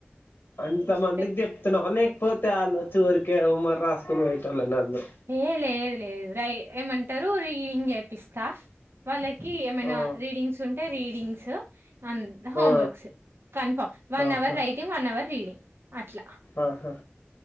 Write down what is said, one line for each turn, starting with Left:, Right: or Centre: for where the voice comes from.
Left: అంటే అంతమందికి
Right: వస్తాయి
Left: చెప్తున్నావ లేకపోతే వాళ్లొచ్చి ఊరికే హోంవర్క్ రాసుకుని పొయెటోళ్లేనా వాళ్లు అందరూ
Right: ఏ లేదు లేదు రై ఏమంటారు రీడింగ్ చేపిస్తా వాళ్ళకి ఏమైనా
Left: ఆ
Right: రీడింగ్స్ ఉంటే రీడింగ్స్ అన్ హోం
Left: ఆ
Right: వర్క్స్ కన్ఫామ్ వన్
Left: ఆహా
Right: hour writing one hour reading అట్లా
Left: ఆహా